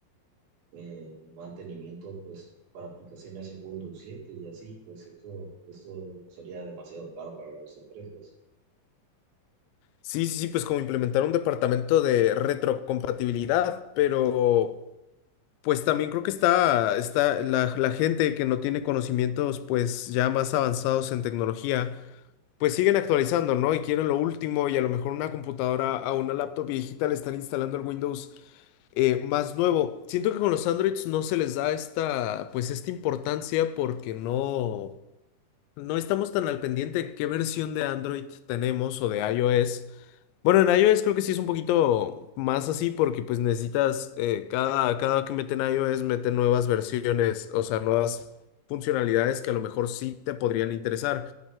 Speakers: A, on the right; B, on the left.
A: eh, mantenimiento pues para aplicaciones en Windows 7 y así, pues esto, esto sería demasiado caro para las empresas.
B: Sí, sí, sí, pues como implementar un departamento de retrocompatibilidad, pero pues también creo que está, está la, la gente que no tiene conocimientos pues ya más avanzados en tecnología, pues siguen actualizando, ¿no? Y quieren lo último y a lo mejor una computadora a una laptop viejita le están instalando el Windows eh, más nuevo. Siento que con los Androids no se les da esta, pues esta importancia porque no no estamos tan al pendiente de qué versión de Android tenemos o de iOS. Bueno, en iOS creo que sí es un poquito más así porque pues necesitas, eh, cada, cada que meten iOS meten nuevas versiones, o sea, nuevas funcionalidades que a lo mejor sí te podrían interesar.